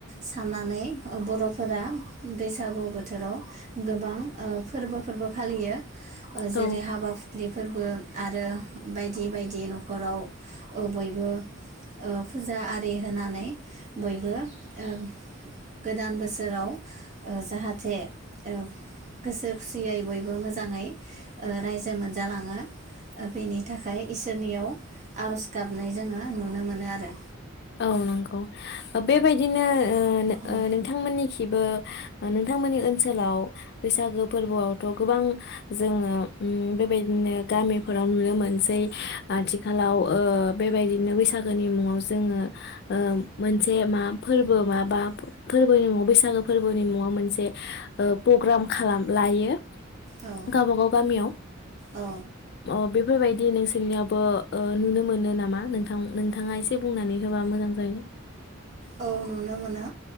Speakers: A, on the right; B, on the left.
A: साननानै बर'फोरा बैसागु बोथोराव गोबां फोरबोफोरबो फालियो। जेरै
B: औ
A: हाबा फलि फोरबो आरो बायदि बायदि न'खराव ओ बयबो ओ फुजा आरि होनानै बयबो ओ गोदान बोसोराव ओ जाहाथे औ गोसो खुसियै बय बो मोजाङै ओ रायजो मोनजालाङो ओ बेनि थाखाय इसोरनियाव आर'ज गाबनाय जोङो नुनो मोनो आरो।
B: औ नंगौ बेबायदिनो ओ
A: औ
B: ओ नोंथांमोननि खिबो नोंथांमोननि ओनसोलाव बैसागो फोरबोआवथ' गोबां जोङो ओम बेबायदिनो गामिफोराव नुनो मोनसै आथिखालाव ओ बेबायदिनो बैसागोनि मुङाव जोङो ओ मोनसे मा फोरबो माबा फोरबोनि मुङाव बैसागो फोरबोनि मुङाव मोनसे प'ग्राम खालाम लायो।
A: औ
B: गावबागाव गामियाव
A: औ
B: अ बे फोरबायदि नोंसोरनियावबो ओ नुनो मोनो नामा? नोंथां नोंथाङा एसे बुंनानै होबा मोजां जायो।
A: औ नुनो मोनो,